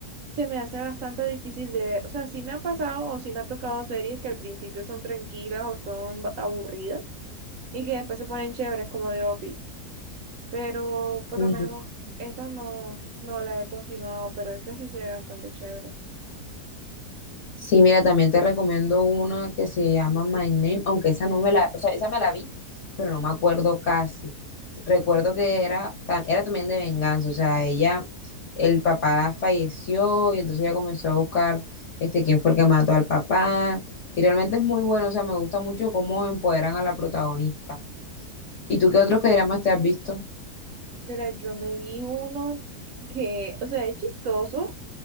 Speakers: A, on the right; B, on the left.
A: se me hace bastante difícil de ver. O sea, sí me han pasado o sí me ha tocado series que al principio son tranquilas o son ba- aburridas y que después se ponen chéveres como The Office. Pero por
B: Ujú.
A: lo menos esta no, no la he continuado, pero esta sí se ve bastante chévere.
B: Sí, mira, también te recomiendo una que se llama My Name, aunque esa no me la, o sea, esa me la vi, pero no me acuerdo casi. Recuerdo que era, ta- era también de venganza, o sea, ella, el papá falleció y entonces ella comenzó a buscar este, quién fue el que mató al papá. Y realmente es muy bueno, o sea, me gusta mucho cómo empoderan a la protagonista. ¿Y tú qué otros dramas te has visto?
A: Mira, yo me vi uno que, o sea, es chistoso,